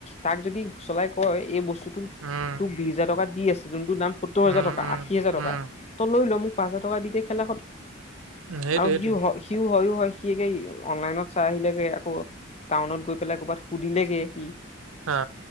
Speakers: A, on the left (about 30°); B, on the right (about 80°).
A: তাক যদি চলাই কয়, এই বস্তুটো
B: উম,
A: তোক বিছ হাজাৰ টকা দি আছে, যোনটোৰ দাম সতুৰ হাজাৰ
B: উম,
A: টকা,
B: উম,
A: আশী হাজাৰ
B: উম,
A: টকা তই লৈ ল, মোক পাঁচ হাজৰ টকা দিয়ে, খেলা খত
B: সেইটোৱে
A: আৰু
B: সেইটোৱে
A: সিও, সিও হয়ো হয়। সি একে অনলাইনত চাই আহিলেগে, আকৌ টাউনত গৈ পেলাই, ক'ৰবাত সুধিলেগে সি
B: হা।